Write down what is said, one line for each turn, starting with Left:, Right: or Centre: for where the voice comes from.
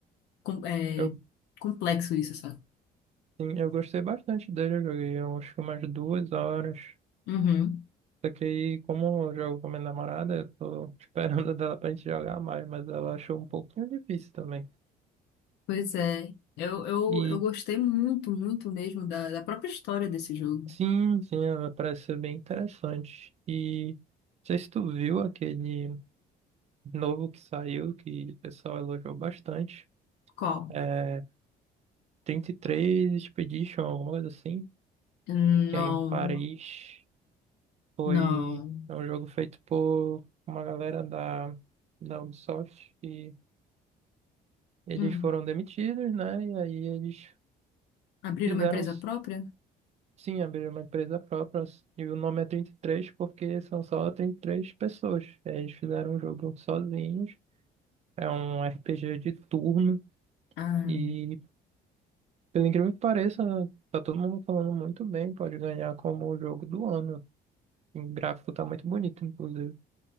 Left: com- é,
Right: Eu,
Left: complexo isso, sabe?
Right: sim, eu gostei bastante dele, eu joguei eu acho que umas duas horas.
Left: Uhum.
Right: Só que aí, como eu jogo com minha namorada, eu tô <laughs> esperando dela pra gente jogar mais, mas ela achou um pouquinho difícil também.
Left: Pois é. Eu, eu,
Right: E
Left: eu gostei muito, muito mesmo da, da própria história desse jogo.
Right: sim, sim, ela parece ser bem interessante. E não sei se tu viu aquele. novo que saiu, que o pessoal elogiou bastante.
Left: Qual?
Right: É 33 Expedition, alguma coisa assim,
Left: Não,
Right: que é em Paris. Foi
Left: não.
Right: é um jogo feito por uma galera da, da Ubisoft e eles
Left: Hum.
Right: foram demitidos, né? E aí eles
Left: Abrir
Right: fizeram,
Left: uma empresa própria?
Right: sim, abrir uma empresa própria. E o nome é 33 porque são só 33 pessoas. Eles fizeram um jogo sozinhos. É um RPG de turno.
Left: Ah.
Right: E Pelo incrível que pareça, tá todo mundo falando muito bem, pode ganhar como o jogo do ano. O gráfico tá muito bonito, inclusive.